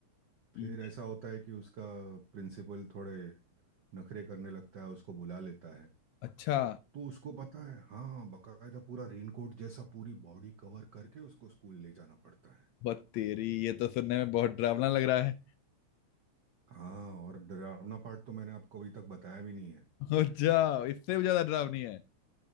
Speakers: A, on the left; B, on the right.
A: ये-
B: फिर ऐसा होता है कि उसका प्रिंसिपल थोड़े नखरे करने लगता है उसको बुला लेता है
A: अच्छा
B: तो उसको पता है हाँ बकायदा पूरा रेनकोट जैसा पूरी बॉडी कवर करके उसको स्कूल ले जाना पड़ता है
A: बत तेरी ये तो सुनने में बहुत डरावना लग रहा है
B: हाँ और डरावना पार्ट तो मैंने आपको अभी तक बताया भी नहीं है
A: <laughs> अच्छा इससे भी ज्यादा डरावनी है